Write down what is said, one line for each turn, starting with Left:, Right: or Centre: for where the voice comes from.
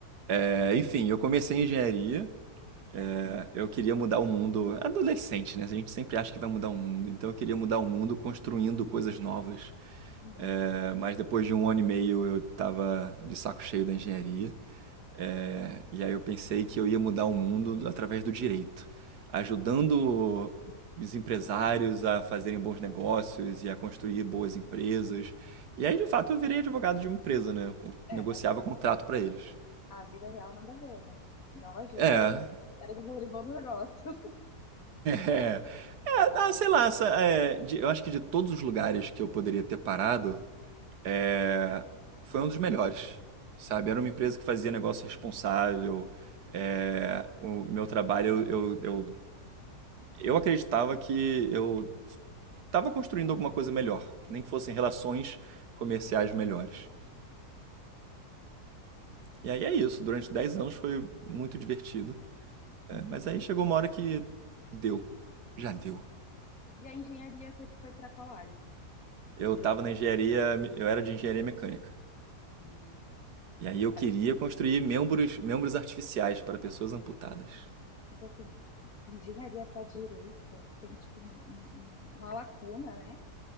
Right: é, enfim, eu comecei engenharia.
Left: uhum,
Right: né? eu queria mudar o mundo. Adolescente, né? A gente sempre acha que vai mudar o mundo. Então, eu queria mudar o mundo construindo coisas novas.
Left: uhum.
Right: É, mas depois de um ano e meio eu estava de saco cheio da engenharia. É, e aí eu pensei que eu ia mudar o mundo através do direito, ajudando os empresários a fazerem bons negócios e a construir boas empresas. E aí, de fato, eu virei advogado de uma empresa, né? Eu con-
Left: É,
Right: negociava
Left: mas assim,
Right: contrato para eles.
Left: a vida real nada a ver, né? Não ajuda
Right: É.
Left: o
Right: <laughs>
Left: cérebro do bom do negócio. <laughs>
Right: É, é, ah, sei lá, essa, é, de- eu acho que de todos os lugares que eu poderia ter parado, é, foi um dos melhores, sabe? Era uma empresa que fazia negócio responsável. é, o meu trabalho, eu, eu, eu Eu acreditava que eu estava construindo alguma coisa melhor, nem que fossem relações comerciais melhores. E aí é isso, durante 10 anos foi muito divertido. É,
Left: Uhum.
Right: mas aí chegou uma hora que deu, já deu.
Left: E a engenharia você foi para qual área? Você
Right: Eu
Left: queria.
Right: estava na engenharia, eu era de engenharia mecânica.
Left: Hum,
Right: E aí eu queria
Left: cara,
Right: construir membros, membros artificiais para pessoas amputadas.
Left: então assim, engenharia para direito tem tipo um- um- um- uma lacuna, né?